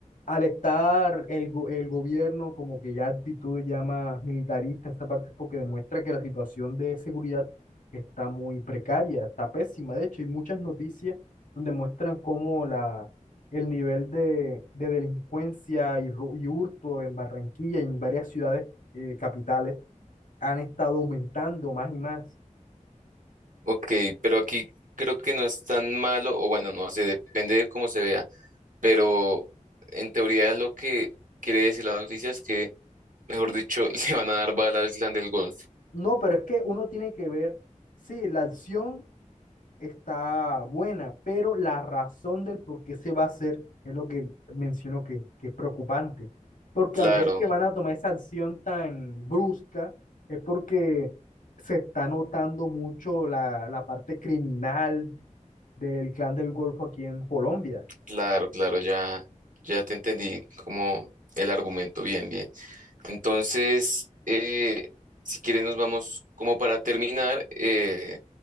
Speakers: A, on the left; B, on the right.
A: al estar el, go- el gobierno como que ya actitud ya más militarista, esa parte es porque demuestra que la situación de seguridad está muy precaria, está pésima. De hecho, hay muchas noticias donde muestran cómo la, el nivel de, de delincuencia y, ru- y hurto en Barranquilla y en varias ciudades eh, capitales han estado aumentando más y más.
B: Ok, pero aquí creo que no es tan malo, o bueno, no sé, depende de cómo se vea, pero en teoría lo que quiere decir la noticia es que, mejor dicho, <laughs> le van a dar bala al clan del Golfo.
A: No, pero es que uno tiene que ver, sí, la acción está buena, pero la razón del por qué se va a hacer es lo que menciono que, que es preocupante. Porque
B: Claro.
A: al ver que van a tomar esa acción tan brusca, es porque se está notando mucho la, la parte criminal del clan del Golfo aquí en Colombia.
B: Claro, claro, ya, ya te entendí como el argumento, bien, bien. Entonces, eh, si quieres nos vamos como para terminar eh,